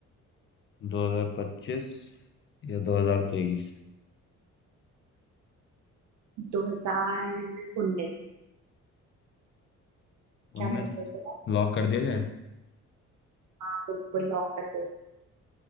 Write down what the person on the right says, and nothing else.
दो हजार उन्नीस क्या
मैंने सही बोला
हाँ बिल्कुल लॉक कर दो